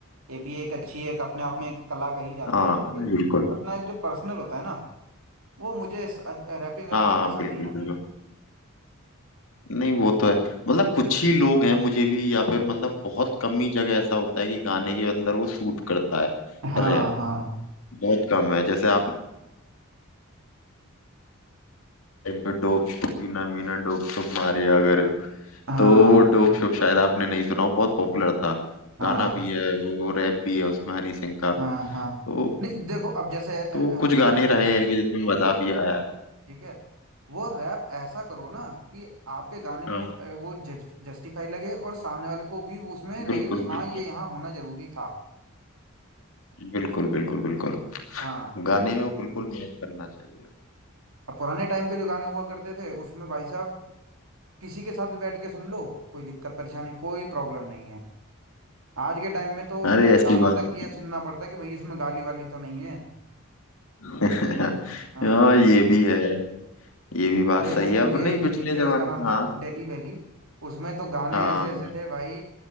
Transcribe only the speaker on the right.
ये भी एक अच्छी एक अपने आप में एक कला कही जाती
है लेकिन
अपना एक जो पर्सनल होता है ना वो मुझे रैपिंग रैपिंग
पसंद
नहीं आती
हाँ
हाँ
हाँ
हाँ
हाँ
हाँ हाँ
नहीं देखो अब जैसे अ,
उसका
था डोप
डोप
में है
ठीक है वो रैप ऐसा करो ना कि आपके गाने में
वो अ, वो जज, जस्टिफाई लगे और सामने वाले को भी वो उसमें लगे
कि हाँ
ये यहाँ होना जरूरी था
हाँ
अब पुराने टाइम के जो गाने हुआ करते थे उसमें भाई साहब किसी के साथ भी बैठ के सुन लो कोई दिक्कत परेशानी कोई प्रॉब्लम नहीं है आज के टाइम में तो
गाना
तक ये सुनना पड़ता है कि भाई इसमें गाली वाली तो नहीं है
हाँ
अब एक
वो
मूवी
आई
थी पीछे उसका
नाम
था दिल्ली वैली उसमें तो गाने
ऐसे ऐसे थे भाई